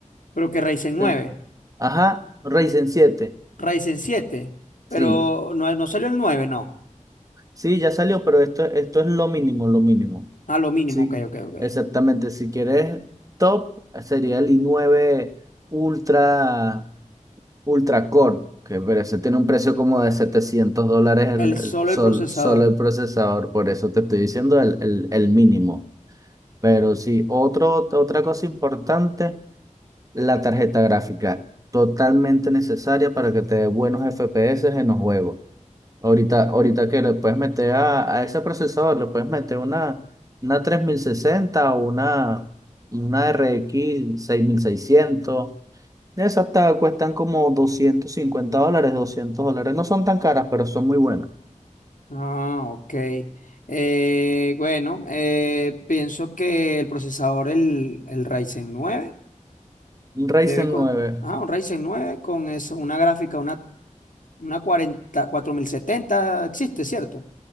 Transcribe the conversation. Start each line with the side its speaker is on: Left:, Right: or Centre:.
Left: Pero que Ryzen nueve,
Right: Eh, Ajá, Ryzen siete.
Left: Ryzen siete, pero
Right: Sí.
Left: no, no salió el 9, no.
Right: Sí, ya salió, pero esto, esto es lo mínimo, lo mínimo.
Left: A lo mínimo,
Right: Sí,
Left: ok, ok, ok.
Right: exactamente. Si quieres top, sería el i9 Ultra, Ultra Core, que pero ese tiene un precio como de 700 dólares el,
Left: El, solo
Right: el sol-
Left: el procesador.
Right: solo el procesador. Por eso te estoy diciendo el, el, el mínimo. Pero sí, otro, otra cosa importante, la tarjeta gráfica. Totalmente necesaria para que te dé buenos FPS en los juegos. Ahorita, ahorita que le puedes meter a, a ese procesador, le puedes meter una, una 3060 o una, una r x seis mil seiscientos, Esas hasta cuestan como 250 dólares, 200 dólares. No son tan caras, pero son muy buenas.
Left: Ah, ok. Eh, bueno, eh, pienso que el procesador, el, el Ryzen nueve
Right: Un Ryzen
Left: debe co-
Right: nueve,
Left: ah, un Ryzen nueve con eso, una gráfica, una, una cuarenta cuatro mil setenta existe, ¿cierto?